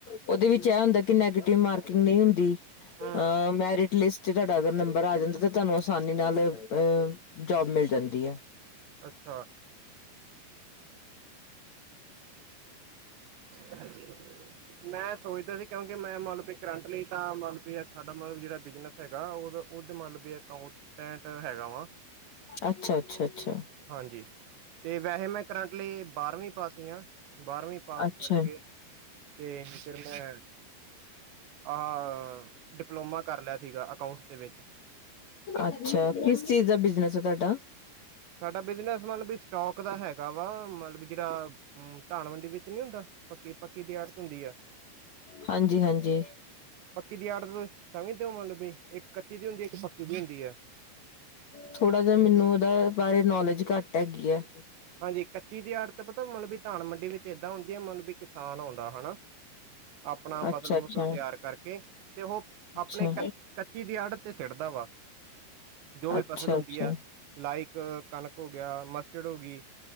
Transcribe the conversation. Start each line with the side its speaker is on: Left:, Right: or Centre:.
Left: ਉਹਦੇ ਵਿੱਚ ਇਹ ਹੁੰਦਾ ਕਿ ਨੈਗੇਟਿਵ ਮਾਰਕਿੰਗ ਨਹੀਂ ਹੁੰਦੀ
Right: ਹੂੰ
Left: ਅ ਮੈਰਿਟ ਲਿਸਟ ਜੇ ਤੁਹਾਡਾ ਅਗਰ ਨੰਬਰ ਆ ਜਾਂਦਾ ਤੇ ਤੁਹਾਨੂੰ ਆਸਾਨੀ ਨਾਲ ਅ ਜੋਬ ਮਿਲ ਜਾਂਦੀ ਐ।
Right: ਅੱਛਾ। ਹਾਂਜੀ। ਮੈਂ ਸੋਚਦਾ ਸੀ ਕਿਉਂਕਿ ਮੈਂ ਮਤਲਬ ਵੀ ਕਰੰਟ ਲਈ ਤਾਂ ਮਤਲਬ ਵੀ ਸਾਡਾ ਮਤਲਬ ਜਿਹੜਾ ਬਿਜਨਸ ਹੈ। ਗਾ ਉਹਦਾ ਉਹਦੇ ਮਤਲਬ ਵੀ ਅਕਾਊਂਟੈਂਟ ਹੈਗਾ ਵਾ।
Left: ਅੱਛਾ ਅੱਛਾ ਅੱਛਾ।
Right: ਹਾਂਜੀ। ਤੇ ਵੈਸੇ ਮੈਂ ਕਰੰਟ ਲਈ ਬਾਰਵੀਂ ਪਾਸ ਆ ਬਾਰਵੀਂ ਪਾਸ
Left: ਅੱਛਾ
Right: ਕਰਕੇ ਤੇ ਫਿਰ ਮੈਂ ਆਹ ਡਿਪਲੋਮਾ ਕਰ ਲਿਆ ਸੀਗਾ ਅਕਾਊਂ। ਦੇ ਵਿੱਚ।
Left: ਅੱਛਾ ਕਿਸ ਚੀਜ਼ ਦਾ ਬਿਜਨਸ ਹੈ ਤੁਹਾਡਾ।
Right: ਸਾਡਾ ਬਿਜਨਸ ਮਤਲਬ ਵੀ ਸਟੋਕ ਦਾ ਹੈਗਾ ਵਾ ਮਤਲਬ ਜਿਹੜਾ ਹਮ ਧਾਨ ਮੰਡੀ ਵਿੱਚ ਨੀ ਹੁੰਦਾ ਪੱਕੀ ਪੱਕੀ ਦੀ ਆੜਤ ਹੁੰਦੀ ਆ।
Left: ਹਾਂਜੀ ਹਾਂਜੀ।
Right: ਪੱਕੀ ਦੀ ਆੜਤ ਮਤਲਬ ਵੀ ਇੱਕ ਕੱਚੀ ਦੀ ਹੁੰਦੀ ਹੈ ਇੱਕ ਪੱਕੀ ਦੀ ਹੁੰਦੀ ਏ।
Left: ਥੋੜਾ ਜਾ ਮੈਨੂੰ ਉਹਦਾ ਬਾਰੇ ਨੌਲੇਜ ਘੱਟ ਹੈਗੀ ਆ।
Right: ਹਾਂਜੀ ਕੱਚੀ ਦੀ ਆੜਤ ਪਤਾ ਮਤਲਬ ਵੀ ਧਾਨ ਮੰਡੀ ਵਿੱਚ ਏਦਾਂ ਹੁੰਦੀ ਹੈ ਮਤਲਬ ਵੀ ਕਿਸਾਨ ਆਉਂਦਾ ਹਨਾ। ਆਪਣਾ ਫਸਲ
Left: ਅੱਛਾ
Right: ਫੁਸਲ
Left: ਅੱਛਾ
Right: ਤਿਆਰ ਕਰਕੇ ਤੇ ਉਹ
Left: ਅੱਛਾ
Right: ਆਪਣੇ ਕ ਕੱਚੀ ਦੀ ਆੜ। ਤੇ ਚੜ੍ਹਦਾ ਵਾ। ਜੋ ਵੀ
Left: ਅੱਛਾ
Right: ਫਸਲ ਹੁੰਦੀ
Left: ਅੱਛਾ
Right: ਹੈ ਲਾਇਕ ਕਣਕ ਹੋ ਗਿਆ ਮਸਟਡ ਹੋ ਗਈ।